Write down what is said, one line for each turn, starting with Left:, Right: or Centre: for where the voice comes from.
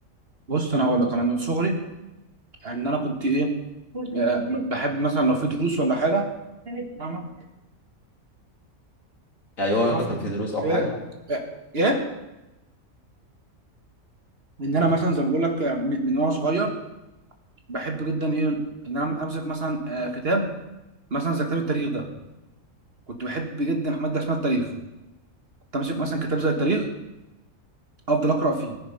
Right: بص انا هقول لك انا من صغري ان انا كنت ايه آه، بحب مثلا لو في دروس ولا حاجه <laughs> فاهمه
Left: ايوه
Right: انا
Left: لو
Right: في
Left: كان في دروس او حاجه
Right: ايه ايه ان انا
Left: اوكي
Right: مثلا زي ما بقول لك من من وانا صغير بحب جدا ايه ان انا امسك مثلا آه، كتاب مثلا زي كتاب التاريخ ده كنت بحب جدا ماده اسمها التاريخ كنت امسك مثلا كتاب زي التاريخ افضل اقرا فيه